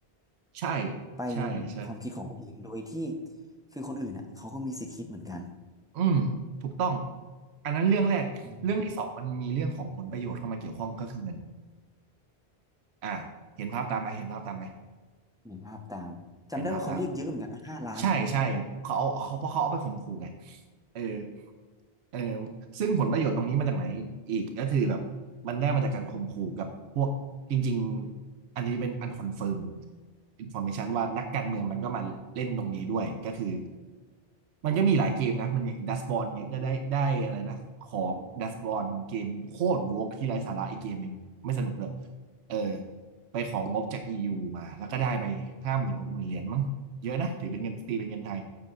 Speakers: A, on the right; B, in the centre.
A: ใช่
B: ไปในความคิดของคนอื่นโดยที่
A: ใช่ใช่
B: คือคนอื่นอะเขาก็มีสิทธิ์คิดเหมือนกัน
A: อืมถูกต้องอันนั้นเรื่องแรกเรื่องที่สองมันมีเรื่องของผลประโยชน์เข้ามาเกี่ยวข้องก็คือเงิน
B: อืม
A: อ่ะเห็นภาพตามไหมเห็นภาพตามไหม
B: เห็นภาพตามจำได้ว่าเขาเรียกเยอะเหมือนกันนะห้าล้านป่ะ
A: เห็นภาพตามใช่ใช่เขาเอาเขาเพราะเขาเอาไปข่มขู่ไงเออเออซึ่งผลประโยชน์ตรงนี้มาจากไหนอีกก็คือแบบมันได้มาจากการข่มขู่กับพวกจริงๆอันนี้เป็นอันคอนเฟิร์มอินฟอร์เมชันว่านักการเมืองมันก็มาเล่นตรงนี้ด้วยก็คือ มันก็มีหลายเกมนะมันอย่างดัสบอลเนี่ยก็ได้ได้อะไรนะของดัสบอลเกมโคตรโวกที่ไร้สาระอีกเกมหนึ่งไม่สนุกเลยเออไปของงบจากอียูมาแล้วก็ได้ไปห้าหมื่นหกหมื่นเหรียญมั้งเยอะนะถือเป็นเงินตีเป็นเงินไทย